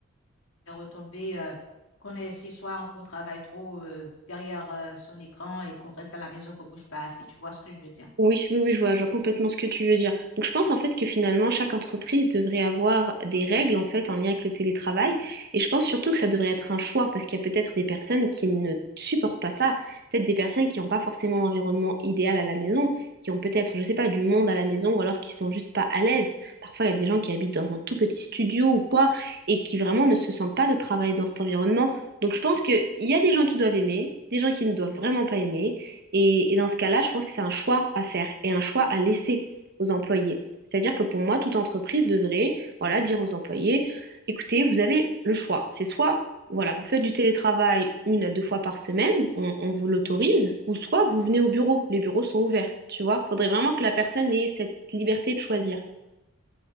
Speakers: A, on the left; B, on the right.
A: les retombées euh, qu'on est si soit qu'on travaille trop euh, derrière euh, son écran et qu'on reste à la maison, qu'on bouge pas assez. Tu vois ce que je veux dire?
B: Oui, oui, oui, je vois, je vois complètement ce que tu veux dire. Donc, je pense en fait que finalement, chaque entreprise devrait avoir des règles en fait en lien avec le télétravail. Et je pense surtout que ça devrait être un choix parce qu'il y a peut-être des personnes qui ne supportent pas ça, peut-être des personnes qui n'ont pas forcément l'environnement idéal à la maison, qui ont peut-être, je sais pas, du monde à la maison ou alors qui sont juste pas à l'aise. Parfois, il y a des gens qui habitent dans un tout petit studio ou quoi et qui vraiment ne se sentent pas de travailler dans cet environnement. Donc, je pense qu'il y a des gens qui doivent aimer, des gens qui ne doivent vraiment pas aimer. Et, et dans ce cas-là, je pense que c'est un choix à faire et un choix à laisser aux employés. C'est-à-dire que pour moi, toute entreprise devrait, voilà, dire aux employés, écoutez, vous avez le choix. C'est soit, voilà, vous faites du télétravail une à deux fois par semaine, on, on vous l'autorise, ou soit vous venez au bureau. Les bureaux sont ouverts, tu vois. Faudrait vraiment que la personne ait cette liberté de choisir.